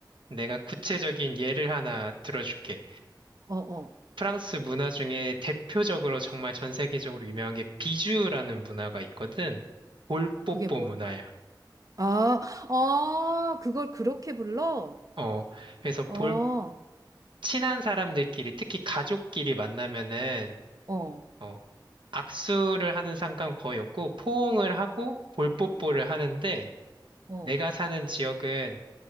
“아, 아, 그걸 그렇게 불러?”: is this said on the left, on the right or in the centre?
Right